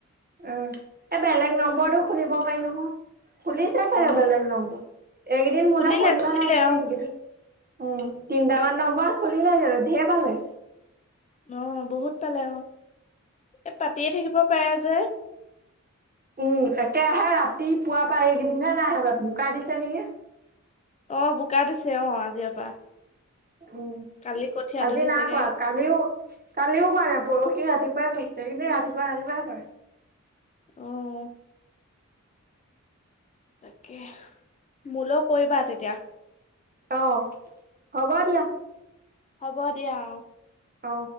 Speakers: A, on the right; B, on the left.
A: উম, এ বেলেগ নম্বৰটো খুলিব পাৰি নহয়। খুলিছে চাগে
B: অ'
A: বেলেগ নম্বৰ, এইকেইদিন মোৰলে
B: খুলিলে
A: ফোন
B: খুলিলে
A: কৰা নাই,
B: অ'
A: এইকেইদিন উম, তিনটামান নম্বৰ খুলিলে চাগে, ধেৰ পালে।
B: অ বহুত পালে অ, এ পাতিয়ে থাকিব পাৰে যে।
A: উম একেৰাহে ৰাতি পুৱা পৰাই এইকেইদিন নাই অহা বোকা দিছে নেকি?
B: অ বোকা দিছে অ আজিৰ পৰা।
A: উম,
B: কালি কঠীয়া
A: আজি
B: তুলিছেগে।
A: না কৰা কালিও- কালিও কৰা নাই পৰহি ৰাতি ৰাুৱাই কৰিছে কিন্তু <unintelligible> ৰাতিপুৱা ৰাতিপুৱাই কৰে
B: অহ। তাকে মোলৈ কৰিবা তেতিয়া।
A: আহ হ'ব দিয়া।
B: হ'ব দিয়া অ।
A: অ'।